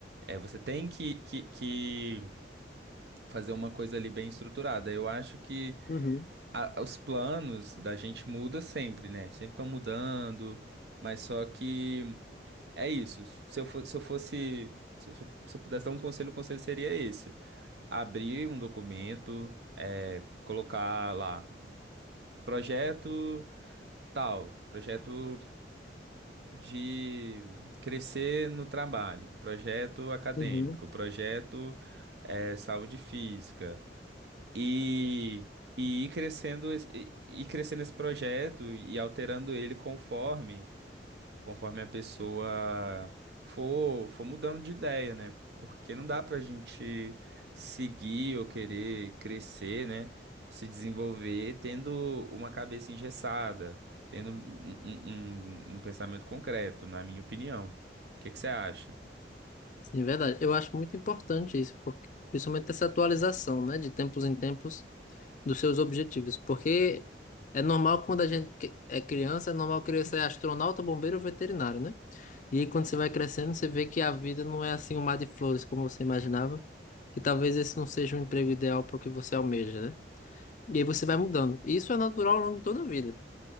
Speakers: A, on the right; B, on the left.
A: É, você tem que, que, que fazer uma coisa ali bem estruturada. Eu acho que
B: Uhum,
A: a- os planos da gente muda sempre, né? Sempre estão mudando, mas só que. É isso. Se eu fo- se eu fosse, se eu, sou- se eu pudesse dar um conselho, o conselho seria esse: abrir um documento, é, colocar lá projeto tal, projeto de crescer no trabalho, projeto acadêmico,
B: uhum.
A: projeto é, saúde física e e ir crescendo, esse- e e ir crescendo esse projeto e alterando ele conforme. conforme a pessoa for, for mudando de ideia, né? Porque não dá pra gente seguir ou querer crescer, né? Se desenvolver tendo uma cabeça engessada, tendo um, um, um- um pensamento concreto, na minha opinião. O que que você acha?
B: Sim, é verdade. Eu acho muito importante isso, porque, principalmente essa atualização, né, de tempos em tempos dos seus objetivos, porque é normal quando a gente que- é criança, é normal querer ser astronauta, bombeiro ou veterinário, né? E aí, quando você vai crescendo, você vê que a vida não é assim um mar de flores como você imaginava, que talvez esse não seja o emprego ideal para o que você almeja, né? E aí você vai mudando. E Isso é natural ao longo de toda a vida.